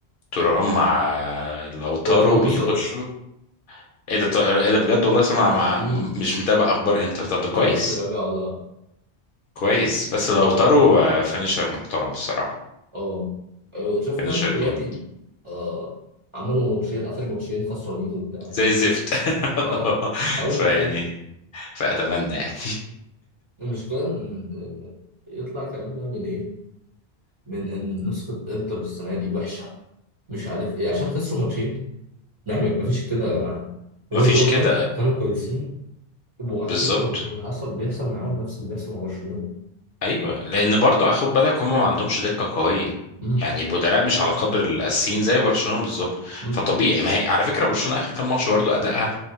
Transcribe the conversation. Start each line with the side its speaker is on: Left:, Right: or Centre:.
Left: ترام مع لوتارو
Right: وترام
Left: بيخشوا
Right: مصاب
Left: ايه ده ايه ده بجد والله سمع مع
Right: امم
Left: مش متابع اخبار انتر طب ده
Right: ما
Left: كويس
Right: اعرفش راجع ولا لا
Left: كويس بس لوتارو آه، فينيشر محترم الصراحه
Right: اه آه، شفت
Left: فينيشر
Right: انت دلوقتي
Left: جامد
Right: آه عملوا ماتشين اخر ماتشين خسرانين وبتاع
Left: زي الزفت
Right: اه
Left: <laughs>
Right: اول
Left: فيعني
Right: ما سمعوا
Left: فاتمنى يعني
Right: المشكلة إن إن- يطلع كلام بقى من إيه؟ من إن نسخة إنتر السنة دي وحشة مش عارف إيه عشان خسروا ماتشين يعني مفيش كده يا جماعة هو
Left: <laughs> مفيش
Right: هو
Left: كده
Right: كان كانوا كويسين وعلى
Left: بالظبط
Right: فكرة هو حصل بيحصل معاهم نفس اللي بيحصل مع برشلونة
Left: ايوه لان برضو خد بالك هم ما عندهمش دقه قويه
Right: أمم،
Left: يعني البدلاء مش على قدر الاساسيين زي برشلونه بالظبط
Right: أمم،
Left: فطبيعي ما هي على فكره برشلونه اخر كام ماتش برضو ادائها